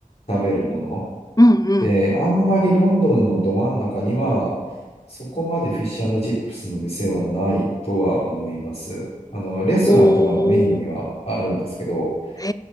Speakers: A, on the left; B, on the left.
A: 食べるもの。
B: うんうん。
A: で、あんまりロンドンのど真ん中には、そこまでフィッシュチップスの店はないとは思います。あの、レストランとかのメニューにはあるんですけど、
B: おー。へ